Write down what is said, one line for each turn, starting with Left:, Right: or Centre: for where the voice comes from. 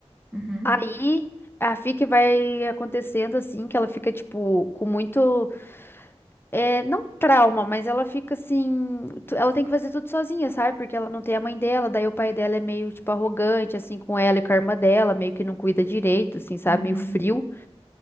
Centre: Uhum.
Left: Aí, a FIC vai acontecendo assim, que ela fica, tipo, com muito. É, não trauma, mas ela fica assim. tu- Ela tem que fazer tudo sozinha, sabe? Porque ela não tem a mãe dela. Daí, o pai dela é meio, tipo, arrogante, assim, com ela e com a irmã dela. Meio que não cuida direito, assim, sabe?
Centre: Uhum.
Left: Meio frio.
Centre: <gasps>